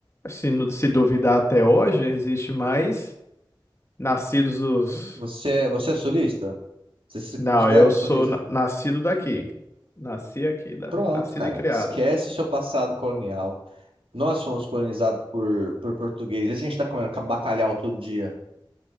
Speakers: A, on the left; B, on the right.
A: se, nu- se duvidar até hoje, existe mais nascidos dos.
B: Uhum. Você, é- você é sulista? Você se considera
A: Não, eu
B: um sulista?
A: sou na- nascido daqui. Nasci aqui, né?
B: Pronto,
A: Nascido
B: cara.
A: e criado.
B: Esquece seu passado colonial. Nós fomos colonizados por, por portugueses. E se A gente tá comendo bacalhau todo dia.